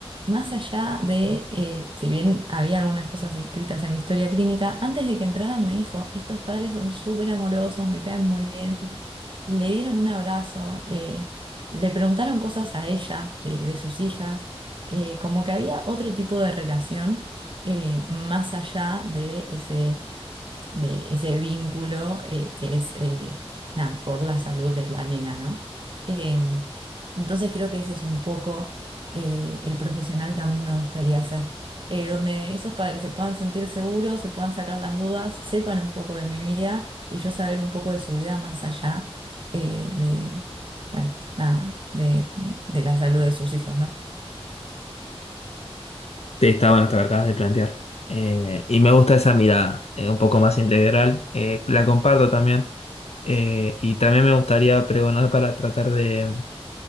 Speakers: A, on the right; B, on the left.
A: más allá de, eh, si bien había algunas cosas escritas en la historia clínica, antes de que entraran me dijo, estos padres son súper amorosos, me caen muy bien, le dieron un abrazo, eh, le preguntaron cosas a ella, de, de sus hijas, eh, como que había otro tipo de relación eh, más allá de ese de ese vínculo eh, que es eh, nada, por la salud de la nena, ¿no? Eh, entonces creo que ese es un poco eh, el profesional que a mí me gustaría ser, eh, donde esos padres se puedan sentir seguros, se puedan sacar las dudas, sepan un poco de mi vida y yo saber un poco de su vida más allá eh, de, bueno, nada, de, de la salud de sus hijos, ¿no?
B: Sí, está bueno esto que acabas de plantear. Eh, y me gusta esa mirada, eh, un poco más integral. Eh, la comparto también. Eh, y también me gustaría pregonar para tratar de,